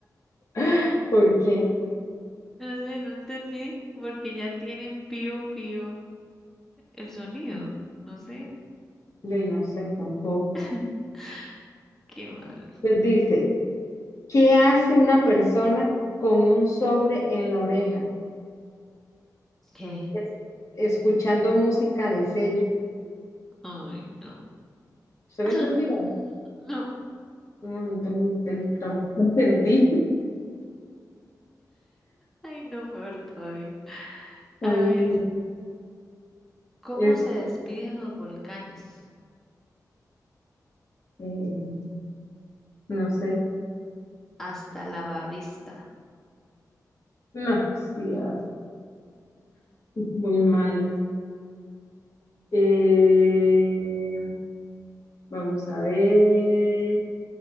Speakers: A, on the left; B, in the centre.
A: <gasps> ¿Por qué?
B: No sé, no entendí, porque ya tienen pío pío el sonido, no sé,
A: no sé, tampoco.
B: <laughs> qué malo.
A: Entonces dice, ¿qué hace una persona con un sobre en la oreja?
B: ¿Qué?
A: Es- escuchando música de sello.
B: Ay, no.
A: ¿Se lo
B: <clears throat>
A: entendió?
B: No,
A: No, no ten- ten- tampoco entendí. <laughs>
B: ay, no, peor todavía.
A: Ay,
B: A
A: no.
B: ver, ¿cómo
A: este,
B: se despiden los volcanes?
A: eh, no sé.
B: Hasta la vista.
A: No, sí, ah, muy malo. Eh, vamos a ver.